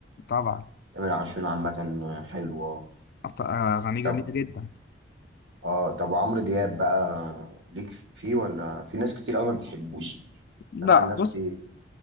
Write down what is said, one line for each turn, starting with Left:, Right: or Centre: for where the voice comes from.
Left: طبعا
Right: تامر عاشور عامة حلوة
Left: أط- أغانيه
Right: طب
Left: جميلة جدا
Right: اه طب وعمرو دياب بقى ليك فيه ولا في ناس كتير قوي ما بتحبوش
Left: لا
Right: انا عن نفسي
Left: بص